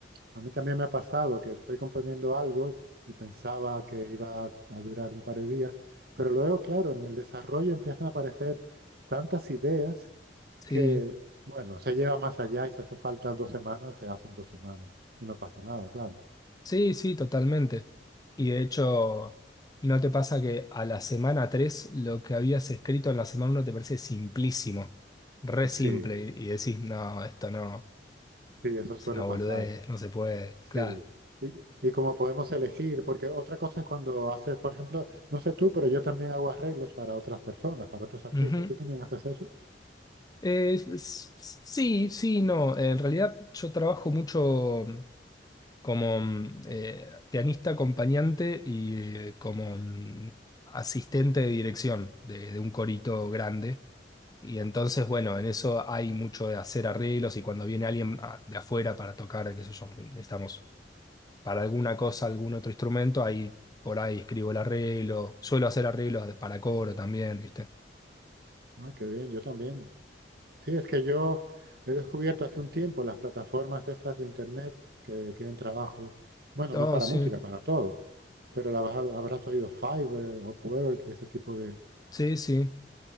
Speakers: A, on the right; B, on the left.
A: a mí también me ha pasado que estoy componiendo algo y pensaba que iba a durar un par de días, pero luego, claro, en el desarrollo empiezan a aparecer tantas ideas
B: Sí,
A: que, bueno, se lleva más allá y si hace falta dos semanas, se hacen dos semanas y no pasa nada, claro.
B: sí, sí, totalmente. Y de hecho, ¿no te pasa que a la semana 3 lo que habías escrito en la semana uno te parece simplísimo, re
A: Sí.
B: simple, y y decís, no, esto no.
A: Sí, eso suele
B: Es una
A: pasar.
B: boludez, no se puede,
A: Sí.
B: claro.
A: Y, y como podemos elegir, porque otra cosa es cuando haces, por ejemplo, no sé tú, pero yo también hago arreglos para otras personas, para otros artistas.
B: Ujú.
A: ¿Tú también haces eso?
B: Eh, s- s- sí, sí, no. En realidad yo trabajo mucho mm, como mm, eh, pianista acompañante y eh, como mm, asistente de dirección de, de un corito grande. Y entonces, bueno, en eso hay mucho de hacer arreglos y cuando viene alguien ah, de afuera para tocar, qué sé yo, mm, estamos para alguna cosa, algún otro instrumento, ahí por ahí escribo el arreglo. Suelo hacer arreglos de- para coro también, ¿viste?
A: Ah, qué bien, yo también. Sí, es que yo he descubierto hace un tiempo las plataformas estas de internet que tienen trabajo, bueno,
B: Oh,
A: no para
B: sí,
A: música, para todo, pero la vas a- habrás oído Fiverr, Upwork y ese tipo
B: sí, sí.